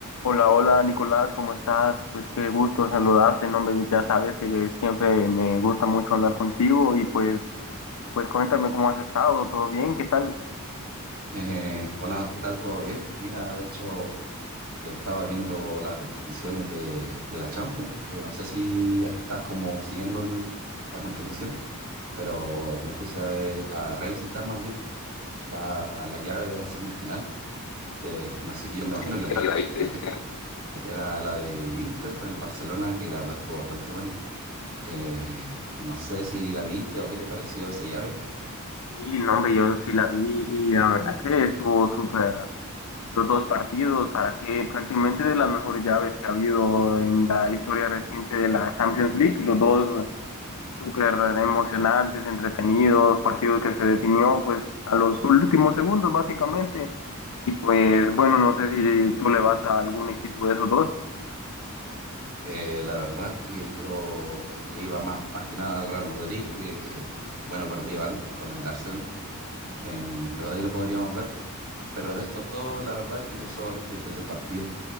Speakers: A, on the left; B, on the right.
A: Hola, hola Nicolás, ¿cómo estás? Pues qué gusto saludarte, ¿no? hombre? Ya sabes que siempre me gusta mucho hablar contigo y pues, pues cuéntame cómo has estado, ¿todo bien? ¿Qué tal?
B: Eh, hola, ¿qué tal? ¿Todo bien? Mira, de hecho, estaba viendo las repeticiones de, de la Champions, que no sé si estás como siguiendo el- la competición, pero me puse a, ver- a revisitar más bien la, la llave de la semifinal. De, <laughs> no sé, yo me
A: Sí,
B: imagino
A: imagino
B: que la viste.
A: que la viste.
B: <laughs> Era la del Inter con el Barcelona, que la verdad estuvo bastante buena. Eh, no sé si la viste o qué te pareció esa llave.
A: Y no, hombre, yo sí la vi y la verdad que estuvo súper los dos partidos, para que prácticamente de las mejores llaves que ha habido en la historia reciente de la Champions League, los dos súper emocionantes, entretenidos, partido que se definió pues a los últimos segundos básicamente. Y pues bueno, no sé si tú le vas a algún equipo de esos dos.
B: Eh, la verdad que yo le iba más, más que nada al Real Madrid, que <laughs> bueno, perdió antes con el Arsenal, eh, pero de ahí lo podríamos ver. Pero de estos dos, la verdad que yo solamente disfruté el partido.